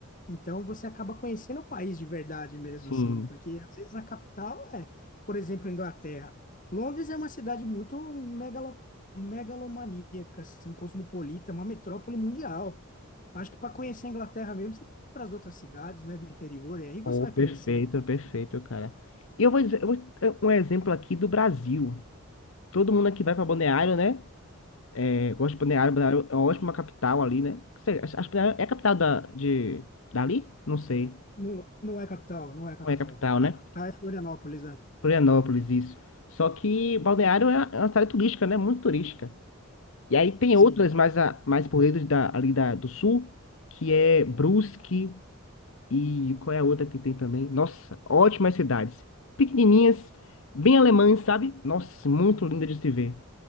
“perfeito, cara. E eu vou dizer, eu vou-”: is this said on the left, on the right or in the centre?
Left